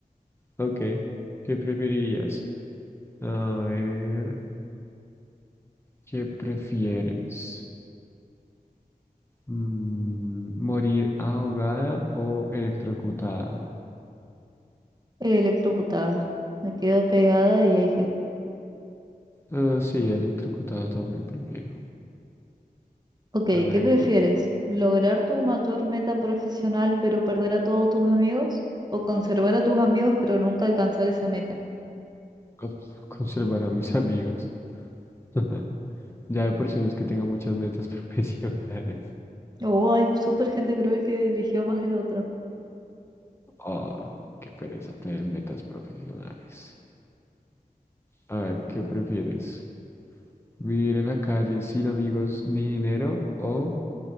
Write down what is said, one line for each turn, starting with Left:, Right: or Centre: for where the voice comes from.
Left: Ok. ¿Qué preferirías? A ver, ¿qué prefieres? Mm, ¿morir ahogada o electrocutada?
Right: eh, electrocutada. Me quedo pegada y ahí fui.
Left: Ah, sí, electrocutada también prefiero.
Right: Ok,
Left: A ver,
Right: ¿qué prefieres?
Left: tú,
Right: ¿Lograr tu mayor meta profesional pero perder a todos tus amigos? ¿O conservar a tus amigos pero nunca alcanzar esa meta?
Left: cons- <laughs> conservar a mis amigos. <laughs> Ya de por sí no es que tenga muchas metas <laughs> profesionales.
Right: Oh, hay súper gente creo que eligió más el otro.
Left: Oh, qué pereza tener metas profesionales. A ver, ¿qué prefieres? ¿Vivir en la calle sin amigos ni dinero o